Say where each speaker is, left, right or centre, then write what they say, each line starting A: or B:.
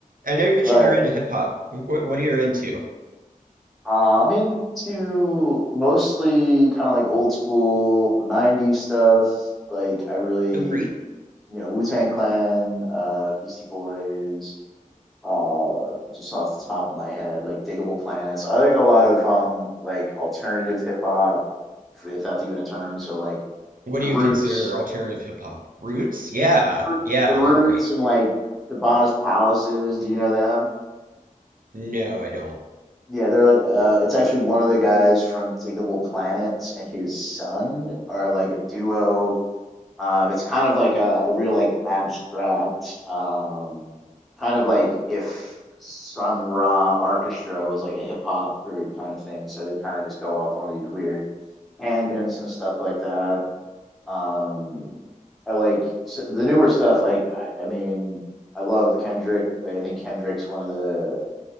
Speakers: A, on the right (about 85°); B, in the centre.
A: I know you mentioned
B: Go ahead.
A: you're into hip hop. What what are you into?
B: Uh, I'm into mostly kind of like old school 90s stuff. Like I really,
A: Oh, great.
B: you know, Wu-Tang Clan, uh, Beastie Boys, uh, just off the top of my head, like Digable Planets. I like a lot of um like alternative hip hop, if if that's even a term. So like
A: What
B: the
A: do you
B: Roots,
A: consider alternative hip hop? Roots? Yeah.
B: the Roo-
A: Yeah,
B: The Roots
A: they're great.
B: and like Shabazz Palaces. Do you know them?
A: No, I don't.
B: Yeah, they're like uh it's actually one of the guys from Diggable Planets and his son are like a duo. Um it's kind of like a, a real like abstract um kind of like if Sun Ra Orchestra was like a hip hop group kind of thing. So they kind of just go off on these weird tangents and stuff like that. Um I like s the newer stuff like I, I mean I love Kendrick. Like I think Kendrick's one of the